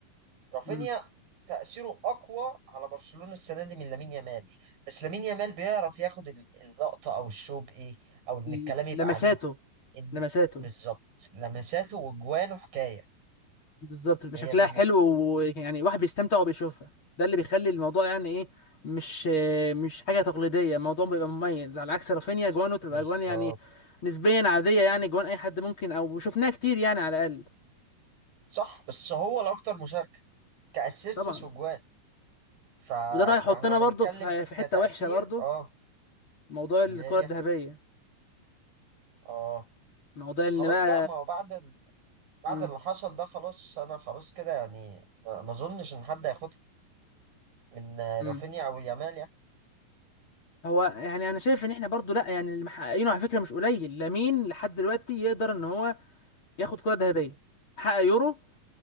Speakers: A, on the right; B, on the left.
A: رافينيا
B: مم.
A: تاثيره اقوى على برشلونه السنه دي من لامين يامال بس لامين يامال بيعرف ياخد ال- اللقطه او الشو بايه او ان
B: ل-
A: الكلام يبقى
B: لمساته
A: عليه إن-
B: لمساته
A: بالظبط لمساته وجوانه حكايه
B: بالظبط بيبقى
A: هي
B: شكلها
A: دي النقطة
B: حلو ويعني واحد بيستمتع وبيشوفها ده اللي بيخلي الموضوع يعني ايه مش مش حاجه تقليديه الموضوع بيبقى مميز على عكس رافينيا جوانه تبقى
A: بالظبط
B: جوان يعني نسبيا عاديه يعني جوان اي حد ممكن او شفناها كتير يعني على الاقل
A: صح بس هو الأكتر مشاركة كأسيستس
B: طبعا
A: وجوان فيعني
B: وده طيب هيحطنا
A: لو بنتكلم
B: برضه في في حته
A: كتأثير
B: وحشه برضه
A: اه
B: موضوع الكره
A: اللي هي
B: الذهبيه
A: اه
B: موضوع
A: بس
B: اللي
A: خلاص
B: بقى
A: بقى ما هو بعد ال... بعد
B: مم.
A: اللي حصل ده خلاص أنا خلاص كده يعني ما ما أظنش إن حد هياخدها من آه،
B: مم.
A: رافينيا أو يامال يعني
B: هو يعني انا شايف ان احنا برضو لا يعني اللي محققينه على فكره مش قليل لامين لحد دلوقتي يقدر ان هو ياخد كره ذهبيه محقق يورو